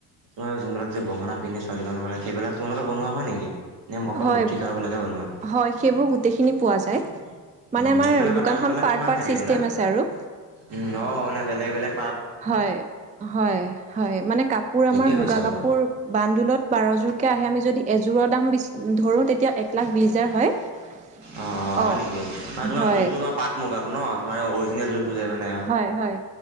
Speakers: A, on the right (about 70°); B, on the right (about 15°).
A: তোমাৰ জোৰোণত যে গহনা পিন্ধে ছোৱালীমানুহ বিলাকে সেইবিলাক তোমালোকে বনোৱা হয় নেকি? নে অকল
B: হয়
A: মুঠি খাৰুবিলাকে বনোৱা?
B: হয় সেইবোৰ গোটেইখিনি পোৱা যায়, মানে
A: উম
B: আমাৰ
A: এইবিলাকৰ
B: দোকানখন
A: দামবিলাক
B: পাৰ্ট-পাৰ্ট
A: কিমান থাকে
B: ছিষ্টেম
A: এইবিলাক
B: আছে আৰু।
A: উম', অহ' মানে বেলেগ-বেলেগ
B: হয়, হয়, হয়। মানে কাপোৰ
A: ঠিকেই
B: আমাৰ মুগা
A: হৈছে বাৰু
B: কাপোৰ বান্দুলত বাৰযোৰকৈ আহে, আমি যদি এযোৰৰ দাম ধৰোঁ তেতিয়া এক লাখ বিছ হাজাৰ হয়। <unintelligible>
A: অহ, হয়
B: অ
A: নেকি? ত' তোমাৰ
B: হয়
A: যোনটো তোমাৰ পাট মুগাটো ন' তোমাৰ অৰিজিনেল যোনটো যে মানে
B: হয়, হয়।